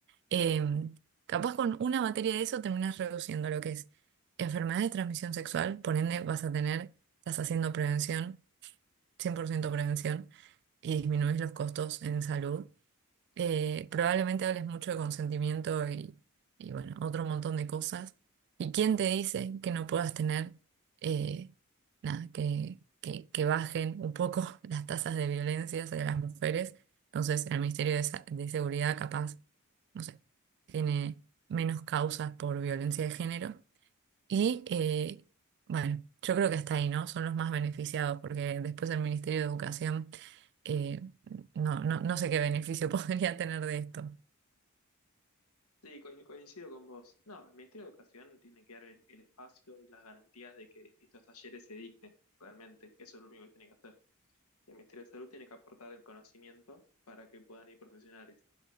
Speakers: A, on the right; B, on the left.
A: Em, capaz con una materia de eso terminas reduciendo lo que es enfermedad de transmisión sexual, por ende vas a tener, estás haciendo prevención, 100% prevención, y disminuís los costos en salud. Eh, probablemente hables mucho de consentimiento y, y, bueno, otro montón de cosas. ¿Y quién te dice que no puedas tener, eh, nada, que, que, que bajen un poco <laughs> las tasas de violencia hacia las mujeres? Entonces, el Ministerio de, Sa- de Seguridad capaz no sé, tiene menos causas por violencia de género. Y eh, bueno, yo creo que hasta ahí, ¿no? Son los más beneficiados, porque después el Ministerio de Educación, eh, no, no, no sé qué beneficio <laughs> podría tener de esto.
B: Sí, co- coincido con vos. No, el Ministerio de Educación tiene que dar el, el espacio y las garantías de que estos talleres se dicten, realmente. Eso es lo único que tiene que hacer. El Ministerio de Salud tiene que aportar el conocimiento para que puedan ir profesionales.